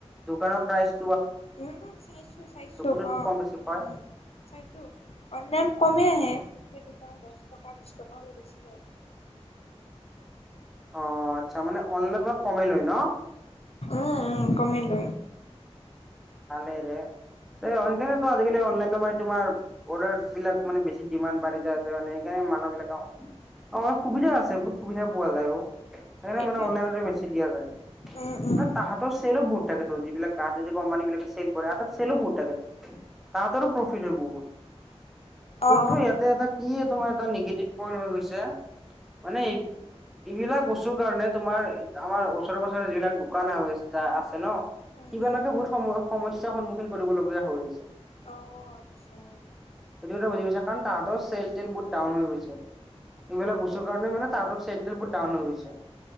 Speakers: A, in the centre; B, on the left.
A: দোকানৰ প্ৰাইচ।
B: উম চাইছো চাইছো
A: কোনটোত
B: অ
A: কম বেছি পৰে?
B: উম চাইছো অনাম কমে আহে। সেই দোকান দহ টকা বিশ টকা হৈ দিছিলে।
A: অ আচ্ছা মানে অনলাইনত বাৰ কমাই লয় ন।
B: উম উম কমেই লয়
A: আলেৰে। সে আজিকালিলাইন মানে তমাৰ বি মানে বেছি ডিমাণ্ড বাঢ়ি আছে মানে সেইকাৰণে। মানুহ বিলাকৰ অ সুবিধাও আছে বহুত সুবিধা পোৱা যায় অ। সেইকাৰণে
B: এইটোৱে
A: মানে অনলাইনতে বেছি দিয়া যায়।
B: উম উম
A: ন তাহাঁৰ চেলো বহুতটাকে থ য এইলাকাহতে য যে কম্পানী বিলাক। চেলো বহুত থাকে তাতৰো প্ৰফিট হয় বহুত। ফোনটো
B: অ অ
A: ইয়াতে এটা কি তোমাৰ এ নিগেটিভ পইন্ট হৈ গৈছে। মানে এইবিলাক বস্তুৰ কাৰণে তোমাৰ আমাৰ ওচৰে পাজৰে যিবিলাক দোকান আহ আছে। এ আছে ন
B: উম
A: কিব
B: উম
A: লৈকে বহুত সময়। সমস্যা সন্মুখীনলগীয়া হৈ আছে।
B: অ আচ্ছা
A: জি গৈছে কাৰণ তাহাঁতৰ চেল তেল বহুত ডাউন হৈ গৈছে। এইবিলাক বস্তুৰ কাৰণে মানে তাঁহতৰ চেল বহুত ডাউন হৈ গৈছে।